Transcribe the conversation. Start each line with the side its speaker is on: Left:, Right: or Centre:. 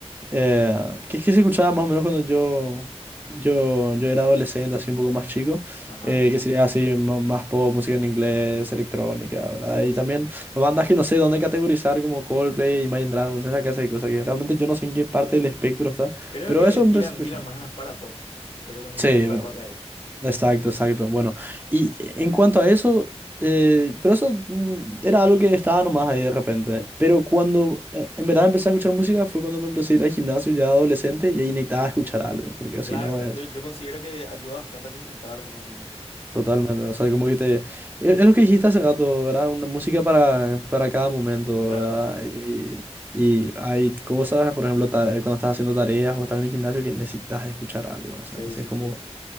Right: Eh, que es que se escuchaba más o menos cuando yo, yo, yo era adolescente, así un poco más chico,
Left: Ajá,
Right: eh, que sería así ma- más pop, música en inglés, electrónica, ¿verdad?
Left: sí,
Right: Y
Left: sí,
Right: también
Left: sí.
Right: bandas que no sé dónde categorizar como Coldplay, Imagine Dragons, esa clase de cosas que realmente yo no sé en qué parte del espectro está,
Left: Creo
Right: pero
Left: que
Right: eso
Left: tiran,
Right: empecé a
Left: tiran
Right: escuchar.
Left: más para pop, pero con un
Right: Sí,
Left: poco de rock ahí.
Right: Exacto, exacto. Bueno, y en cuanto a eso, eh, pero eso mm, era algo que estaba nomás ahí de repente. Pero cuando eh, en verdad empecé a escuchar música fue cuando me empecé a ir al gimnasio ya adolescente y ahí necesitaba escuchar algo, porque
Left: Claro,
Right: si no es
Left: yo, yo considero que ayuda bastante a concentrarse también.
Right: totalmente, o sea, como que te... Es es lo que dijiste hace rato, ¿verdad? Una música para, para cada momento,
Left: Claro,
Right: ¿verdad?
Left: claro.
Right: Eh, Y, y hay cosas, por ejemplo, ta- cuando estás haciendo tareas o estás en el gimnasio que necesitas escuchar algo, o
Left: Sí,
Right: sea, así
Left: sí,
Right: es como,
Left: sí.